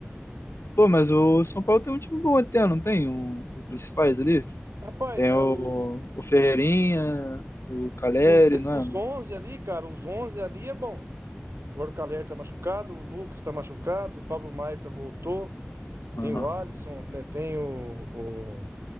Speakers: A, on the left; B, on the right.
A: Pô, mas o São Paulo tem um time bom até, não tem? Um, um principais ali?
B: Rapaz,
A: Tem
B: é
A: o,
B: o, o-
A: o Ferreirinha,
B: os,
A: o Caleri,
B: os, de-
A: não
B: os
A: é?
B: 11 ali, cara, os 11 ali é bom. Agora o Calher tá machucado, o Lucas tá machucado, o Pablo Maia voltou.
A: Aham,
B: Tem o Alisson, né? Tem o, o,